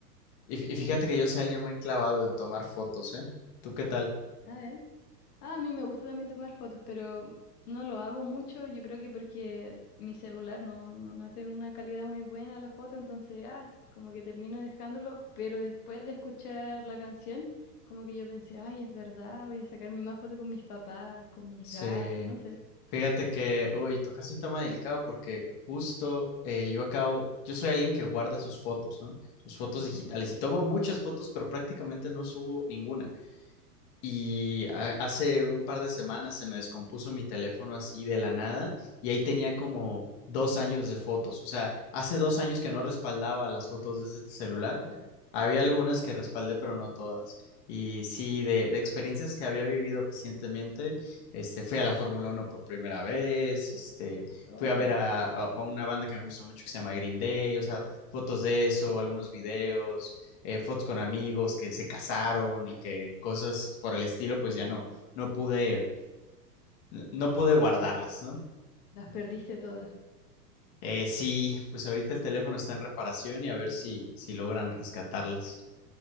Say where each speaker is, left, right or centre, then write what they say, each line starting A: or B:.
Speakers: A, on the left; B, on the left.
A: Y, fí-
B: eh,
A: y fíjate que yo soy alguien muy clavado en tomar fotos, ¿eh? ¿Tú qué tal?
B: a ver. Ah, a mí me gusta también tomar fotos, pero no lo hago mucho. Yo creo que porque mi celular no, no, no tiene una calidad muy buena la foto, entonces, ah, como que termino dejándolo. Pero después de escuchar la canción, como que yo pensé, ay, es verdad, voy a sacarme más fotos con mis papás, con mis
A: Sí,
B: gatos, no sé.
A: fíjate que, uy, tocaste un tema delicado porque justo eh, yo acabo, yo soy alguien que guarda sus fotos, ¿no? Sus fotos
B: Ujú.
A: digitales y tomo muchas fotos, pero prácticamente no subo ninguna. Y ha- hace un par de semanas se me descompuso mi teléfono así de la nada y ahí tenía como dos años de fotos. O sea, hace dos años que no respaldaba las fotos de ese celular.
B: Oh,
A: Había algunas que respaldé, pero no todas. Y sí, de, de experiencias que había vivido recientemente, este, fui a la Fórmula Uno por primera vez, este,
B: oh.
A: fui a ver a, a- a una banda que me gusta mucho que se llama Green Day, o sea, fotos de eso, algunos videos, eh, fotos con amigos que se casaron y que cosas por el estilo, pues ya
B: Ujú.
A: no, no pude, no pude guardarlas, ¿no?
B: Las perdiste todas.
A: Eh, sí, pues ahorita el teléfono está en reparación y a ver si, si logran rescatarlas.